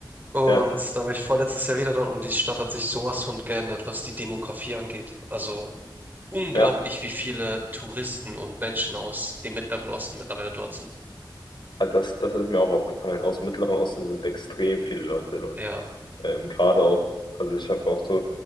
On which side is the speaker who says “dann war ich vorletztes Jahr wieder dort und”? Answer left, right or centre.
Right